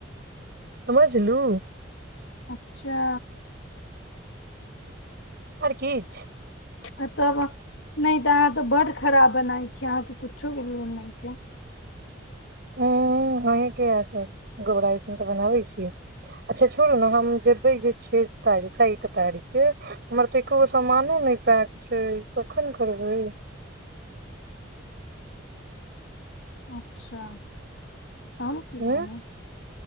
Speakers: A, on the right (about 55°); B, on the left (about 75°).
A: समझलू
B: अच्छा
A: आ किछु
B: आ तब नहि तऽ अहाँ तऽ बड्ड खराब बनाै छीियै अहाँके कुछो के लोन नहि छै
A: ह्म अहीँके हए गोबरा अइसन तऽ बनाबै छीियै अच्छा छोड़ू ने हम जेबै जे छ तारीख चैत तारीखके हमर तऽ एको गो सामानो नहि पैक छै कखन करबै
B: अच्छा त हम की
A: उं
B: जानी